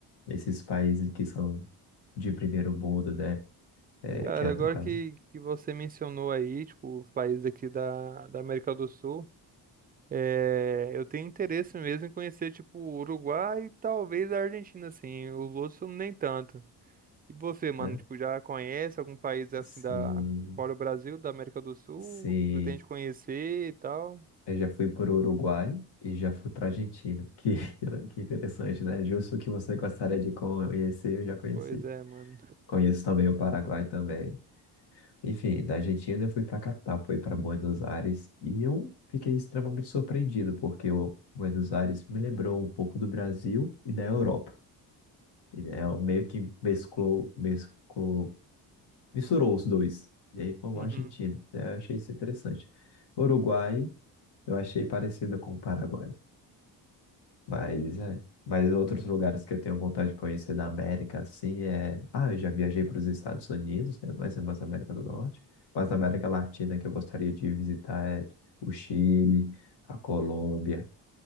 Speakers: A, on the left; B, on the right.
A: esses países que são de primeiro mundo, né? É,
B: Cara,
A: que é,
B: agora
A: no caso,
B: que, que você mencionou aí, tipo, os países aqui da, da América do Sul, é, eu tenho interesse mesmo em conhecer, tipo, o Uruguai e talvez a Argentina, assim. Os outros nem tanto. E você, mano,
A: né?
B: tipo, já conhece algum país, assim,
A: Sim.
B: da, fora o Brasil, da América do Sul?
A: Sim,
B: Pretende conhecer e tal?
A: eu já fui para o Uruguai e já fui para a Argentina. Que, <laughs> que interessante, né? Justo o que você gostaria de conhecer, eu já conheci.
B: Pois é, mano.
A: Conheço também o Paraguai também. Enfim, da Argentina eu fui para a capital, fui para Buenos Aires e eu fiquei extremamente surpreendido porque o Buenos Aires me lembrou um pouco do Brasil e da Europa. E né, eu meio que mesclou, mesclou, misturou os dois. E aí formou
B: Uhum.
A: a Argentina, né? Eu achei isso interessante. Uruguai. Eu achei parecida com o Paraguai. Mas é. Mas outros lugares que eu tenho vontade de conhecer da América, assim, é. Ah, eu já viajei para os Estados Unidos, né? Mas é mais América do Norte. Mas a América Latina que eu gostaria de visitar é o Chile, a Colômbia,